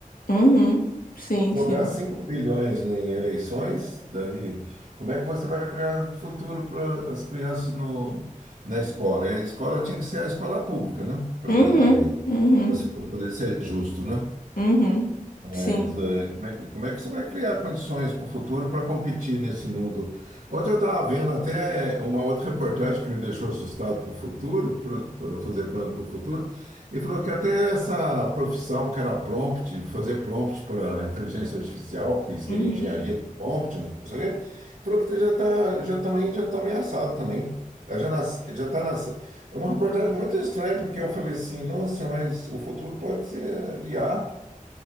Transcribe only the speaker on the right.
Jogar
5 bilhões em eleições, daí, como é que você vai criar futuro para as crianças no, na escola? E a escola tinha que ser a escola pública, né? Para
poder,
para poder ser justo, né?
Mas, é, como é, como é que você vai criar condições para o futuro para competir nesse mundo? Ontem eu estava vendo até uma outra reportagem que me deixou assustado para o futuro, para fazer plano para o futuro, e falou que até essa profissão que era prompt, fazer prompt para inteligência artificial, que seria
engenharia de prompt, não sei o quê, falou que já está já também já tá ameaçado também. Ela Já nas, já tá nas, é uma reportagem muito estranha, porque eu falei assim, nossa, mas o futuro pode ser IA